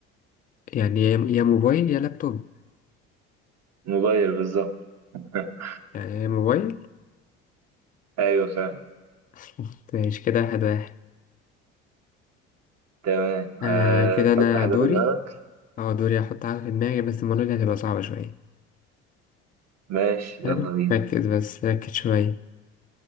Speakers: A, on the left (about 25°); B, on the right (about 50°).
A: يعني يا يا موبايل يا لابتوب
B: موبايل بالظبط <laughs>
A: يعني يا موبايل
B: أيوة فعلا
A: <laughs> ماشي كده واحد واحد
B: تمام
A: آه
B: أه
A: كده
B: تحط
A: أنا
B: حاجة
A: دوري
B: في دماغك
A: أه دوري أحط حاجة في دماغي بس المرة دي هتبقى صعبة شوية
B: ماشي يلا
A: حلو
B: بينا
A: ركز بس ركز شوية